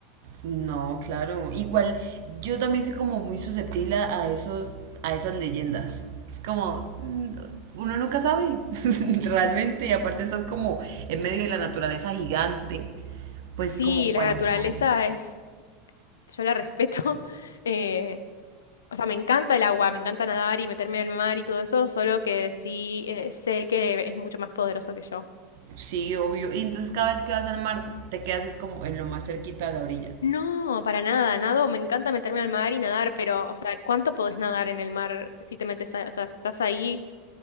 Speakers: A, on the right; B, on the left.
A: No, claro. Igual, yo también soy como muy susceptible a esos, a esas leyendas. Es como, mm, uno nunca sabe, <laughs> realmente. Y aparte estás como en medio de la naturaleza gigante, pues
B: Sí,
A: como
B: la
A: para
B: naturaleza
A: saber.
B: es, yo la respeto. <laughs> eh, o sea, me encanta el agua, me encanta nadar y meterme al mar y todo eso, solo que sí eh, sé que es mucho más poderoso que yo.
A: Sí, obvio. Y entonces cada vez que vas al mar, te quedas es como en lo más cerquita de la orilla.
B: No, para nada, nado, me encanta meterme al mar y nadar, pero, o sea, ¿cuánto podés nadar en el mar si te metes, a- o sea, estás ahí,